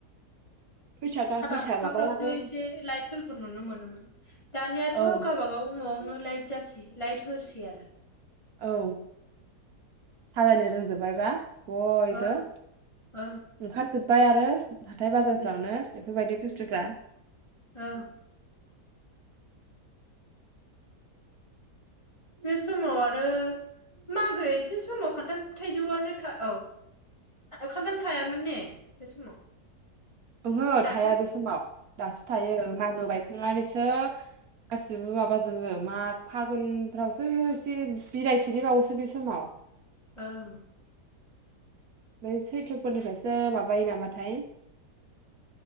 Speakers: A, on the right; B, on the left.
A: फैसा गा
B: हाबा
A: फैसा
B: हुखाफ्रावसो
A: माबानानै
B: एसे लाइटफोरखौ नुनो मोनोमोन दानियाथ'
A: औ
B: गावबागाव न'आवनो लाइट गोसै लायट होसै आरो
A: औ हाजानि रोंजोबबायबा बयबो
B: औ
A: ओंखारजोब
B: औ
A: ओमफ्राय आरो हाथाय बाजारफ्रावनो
B: उम
A: बेफोरबायदि बुस्तुफ्रा
B: उम औ बे समाव आरो मागो एसे समाव खान्थाल थाइजौआनो था औ खान्थाल थायामोन ने बे समाव
A: ओहो
B: दासो
A: थाया बे समाव दासो थायो मागो बायखांनानैसो गासैबो माबाजोबो माग -फागुनफ्रावसो एसे बिलाइ सिरिबावोसो बे समाव
B: ओं
A: बेम सैथ्रफोरनिफ्रायसो माबायो नामाथाय <inaudible>